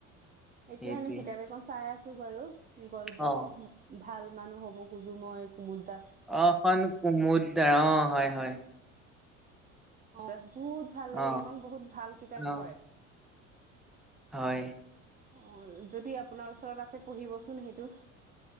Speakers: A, on the right; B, in the centre.
A: এতিয়া
B: সেইটোৱে
A: এনেই কিতাপ এখন চাই আছো বাৰু গল্প
B: অ
A: ভাল মানুহ হ'ব খোজো মই। কুমুদ দাস
B: অ', এইখন কুমুদ দাৰ অ', হয়-হয়।
A: অ', দাস বহুত ভাল
B: অ
A: লাগে এইখন বহুত ভাল কিতাপ
B: অ
A: হয়।
B: হয়।
A: অ', যদি আপোনাৰ ওচৰত আছে পঢ়িবচোন সেইটো